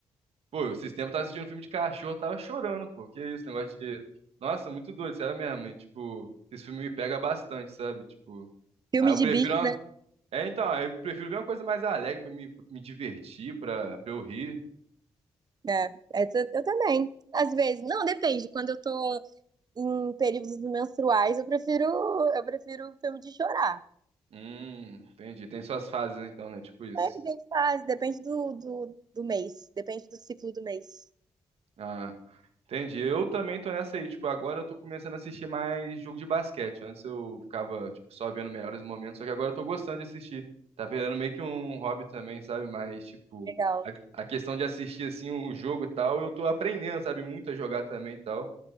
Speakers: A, on the right (about 80°); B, on the right (about 40°).
A: Pô, esses tempos eu tava assistindo um filme de cachorro, eu tava chorando, pô. Que isso, negócio de. Nossa, muito doido, sério mesmo. E, tipo, esse filme me pega bastante, sabe? Tipo.
B: Filme
A: Aí eu
B: de
A: prefiro.
B: bicho,
A: uma-
B: né?
A: É, então, aí eu prefiro ver uma coisa mais alegre pra me, me divertir, pra, pra eu rir.
B: É, é, eu, eu também. Às vezes, não, depende. Quando eu tô em períodos menstruais, eu prefiro, eu prefiro filme de chorar.
A: Hum, entendi. Tem suas fases, então, né? Tipo isso.
B: É, tem fase, depende do, do, do mês, depende do ciclo do mês.
A: Ah, entendi. Eu também tô nessa aí. Tipo, agora eu tô começando a assistir mais jogo de basquete. Antes eu ficava, tipo, só vendo melhores momentos, só que agora eu tô gostando de assistir. Tá virando meio que um hobby também, sabe? Mas, tipo,
B: Legal.
A: a, a questão de assistir, assim, o jogo e tal, eu tô aprendendo, sabe? Muito a jogar também e tal.